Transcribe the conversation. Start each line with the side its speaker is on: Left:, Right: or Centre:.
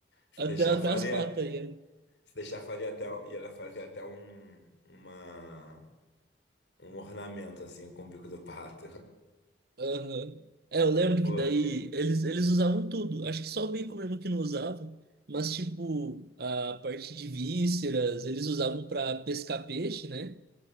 Left: Se
Right: até,
Left: deixar
Right: até
Left: faria,
Right: as patas aí. né?
Left: se deixar faria até, e ela fazia até um, uma, um ornamento assim com o bico do pato.
Right: Aham. É, eu lembro
Left: <laughs> Pô,
Right: que daí
Left: que legal.
Right: eles, eles usavam tudo. Acho que só o bacon mesmo que não usavam. Mas, tipo, a parte de vísceras, eles usavam para pescar peixe, né?